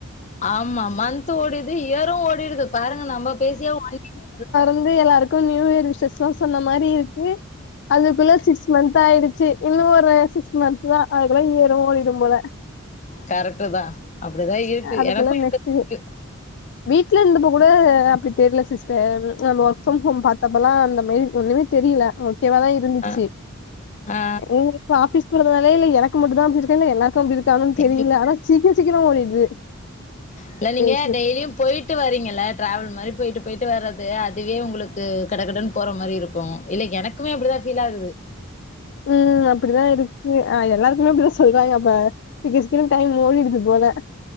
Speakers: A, on the left; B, on the left.
A: ஆமா மந்த்து ஓடிடுது, இயரும் ஓடிடுது பாருங்க நம்ம பேசியா ஒன் வீக்
B: வந்து எல்லாருக்கும் நியூ இயர் விஷ்ஷஸ் எல்லாம் சொன்ன மாரி இருக்கு அதுக்குள்ள சிகஸ் சிக்ஸ் மந்து ஆயிடுச்சு இன்னும் ஒரு சிக்ஸ் மந்து தான் அதுக்குல்ல இயரும் ஓடிடும் போல
A: கரெக்ட் தான் அப்டிதான் இருக்கு
B: அதுக்குள்ள
A: எனக்கும் இருக்
B: நெக்ஸ்ட் வீட்ல இருந்தப்போ கூட அப்டி தெரில சிஸ்டர் நா ஒர்க் ஃப்ரம் ஹோம் பாத்தப்ப எல்லாம் அந்த மாரி ஒன்னுமே தெரியல ஓகேவா தான் இருந்துச்சு
A: ஆ ஆ
B: எனக் இப்ப ஆபீஸ் போதுனாலே எனக்கு மட்டும் தா இப்டி இருக்கா இல்ல எல்லார்க் கும் அப்டி இருக்கான்னு
A: இல்ல
B: தெரியல ஆனா சீக்கிரொ சீக்கிரொம் ஓடிடுது
A: இல்ல நீங்க
B: டேஸ்
A: டெய்லியும் போயிட்டு வரிங்கல ட்ராவல் மாரி போயிட்டு போயிட்டு வரது அதுவே உங்களுக்கு கடகடனு போற மாரி இருக் கும் இல்ல எனக்குமே அப்டிதான் ஃபீல் ஆகுது
B: உம் அப்டிதான் இருக்கு எல்லாருக்குமே இப்டிதான் சொல்றாங்க அப்ப சிக்ர சிக்ரோ டைம் ஓடிடுது போல